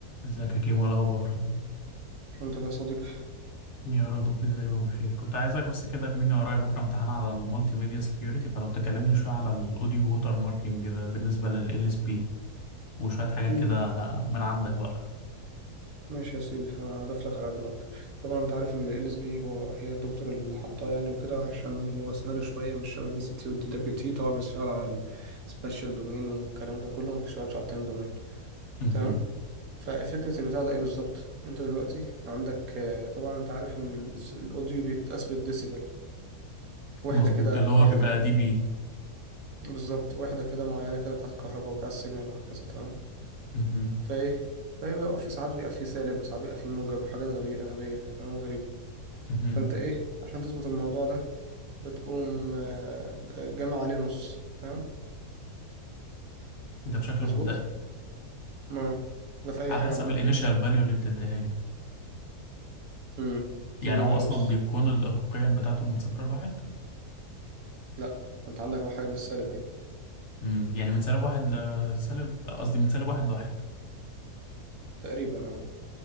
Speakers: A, on the left; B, on the right.
A: ازيك يا كيمو إيه الاخبار
B: الحمد لله يا صديقي
A: يا رب دايما بخير كنت عايزك بس كده كمني ورايا بكره امتحان على المالتي ميديا سيكيورتي فلو تكلمني شويه على الاوديو ووتر ماركينج ده بالنسبه لل اس بي وشويه حاجات
B: مم.
A: كده آه، من عندك بقى
B: ماشي يا سيدي هضيف لك على قد ما اقدر طبعا انت عارف ان ال اس بي هو هي الدكتور اللي حطاه يعني وكده عشان هو سهل شويه مش شبه الدي سي تي والدي دبليو تي طبعا بيشتغل على السبيشال دومين والكلام ده كله ما بيشتغلش على التايم دومين
A: مهم.
B: تمام ففكره البتاع ده ايه بالظبط انت دلوقتي عندك آه، طبعا انت عارف ان ال- الاوديو بيتقاس بالديسيبل واحده
A: مظبوط
B: كده
A: اللي هو
B: واحده
A: بيبقى
B: ك-
A: دي بي
B: بالظبط واحده كده معينه كده بتاعت الكهرباء وبتاعت السيجنال وهكذا تمام
A: مهم.
B: فايه فايه بيبقى في ساعات بيبقى فيه سالب وساعات بيبقى فيه موجب وحاجات غبية غبية كده، كلام غريب
A: مهم.
B: فانت ايه عشان تظبط الموضوع ده بتقوم آه، جامع عليه نص تمام
A: ده بشكل
B: مظبوط
A: مبدئي
B: ما ده في اي
A: على
B: حاجة
A: حسب
B: عامة
A: الانيشال فاليو اللي بتديهاني
B: امم
A: يعني
B: تجمع
A: هو
B: عليه
A: اصلا
B: نص
A: بيكون ال- القيم بتاعته من صفر لواحد
B: لا انت عندك واحد حاجة بالسالب اهي
A: مم. يعني من سالب واحد لسالب قصدي من سالب واحد لواحد
B: تقريبا اه